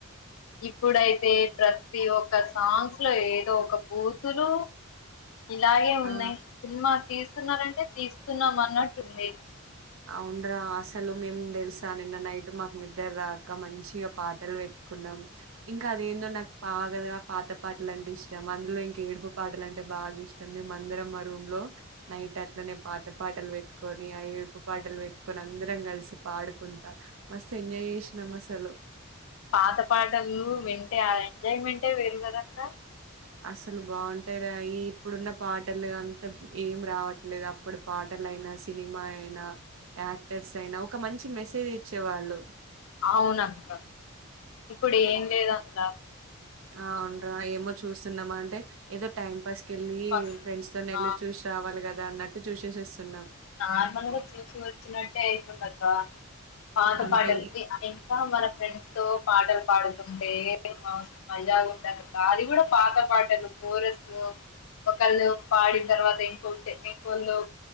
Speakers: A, on the left; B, on the right.
A: ఇప్పుడైతే ప్రతీ ఒక్క సాంగ్స్ లో ఏదో ఒక బూతులు ఇలాగే
B: ఆ
A: ఉన్నాయి, సినిమా తీస్ తీస్తున్నారంటే తీస్తున్నాం అన్నట్టుంది.
B: అవునరా అసలు మేము తెలుసా నిన్న నైట్ మాకు నిద్ర రాక మంచిగా పాటలు పెట్టుకున్నాం ఇంకా అదేందో నాకు బాగా పాత పాటలు అంటే ఇష్టం అందులో ఇంకా ఏడుపు పాటలు అంటే బాగా ఇష్టం మేమందరం మా రూమ్ లో నైట్ అట్లనే పాత పాటలు పెట్టుకొని ఆ ఏడుపు పాటలు పెట్టుకొని అందరం కలిసి పాడుకుంటా మస్తు ఎంజాయ్ చేషినాం అసలు
A: పాత పాటలు వింటే ఆ ఎంజాయ్ మెంటే వేరు కదక్క
B: అస్సలు బావుంటాయి రా ఈ ఇప్పుడున్న పాటలు అంత ఏం రావట్లేదు అప్పుడు పాటలయినా సినిమా అయినా యాక్టర్స్ అయినా ఒక మంచి మెసేజ్ ఇచ్చేవాళ్ళు
A: అవునక్క ఇప్పుడు ఏం లేదక్క
B: అవునురా ఏమో చూస్తున్నమూ అంటే ఏదో టైం బస్ కెళ్ళి
A: ఫస్ట్
B: ఫ్రెండ్స్ తోనెవెళ్లి
A: ఆ
B: చూసి రావాలి కదా అదా అన్నట్టు చూసేసొస్తున్నాం
A: నార్మల్గా చూసి వచ్చినట్టే అయితుందక్కా పాత
B: అంతే
A: పాటలకి
B: ఇ
A: ఇంకా మన ఫ్రెండ్స్ తో పాటలు పాడుతుంటే మా <inaudible> అది కూడా పాత పాటలు కోరస్ ఒకళ్ళు పాడిన తర్వాత ఇంక ఇంకోళ్ళు